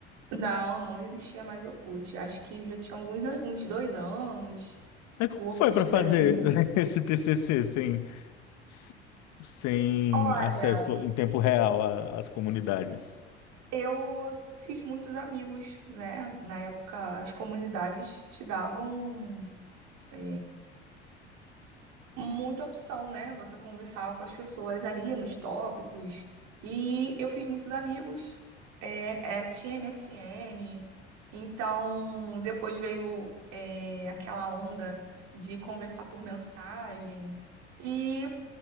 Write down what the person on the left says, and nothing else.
Mas como
foi para fazer
<laughs> esse TCC sem s- sem
acesso em tempo real a- às comunidades.